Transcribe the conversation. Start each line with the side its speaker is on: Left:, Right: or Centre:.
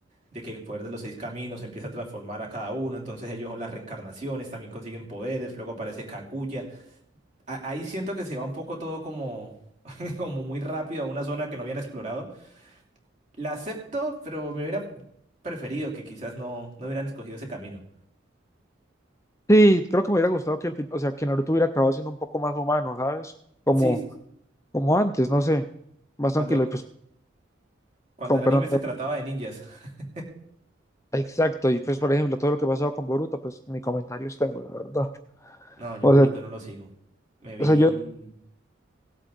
Right: de que el poder de los seis caminos empieza a transformar a cada uno, entonces ellos son las reencarnaciones, también consiguen poderes, luego aparece Kaguya. A- ahí siento que se va un poco todo como, <laughs> como muy rápido a una zona que no habían explorado. La acepto, pero me hubiera preferido que quizás no, no hubieran escogido ese camino.
Left: Sí, creo que me hubiera gustado que al fin, o sea, que Naruto hubiera acabado siendo un poco más humano, ¿sabes? Como,
Right: Sí, sí. sí.
Left: como antes, no sé, más
Right: Cuando,
Left: tranquilo y pues,
Right: cuando
Left: con
Right: el anime
Left: perdón.
Right: se trataba de ninjas. <laughs>
Left: Exacto, y pues por ejemplo, todo lo que ha pasado con Boruto, pues ni comentarios tengo, la verdad.
Right: No, yo
Left: O
Right: Boruto
Left: sea,
Right: no lo sigo. Me vi,
Left: o sea, yo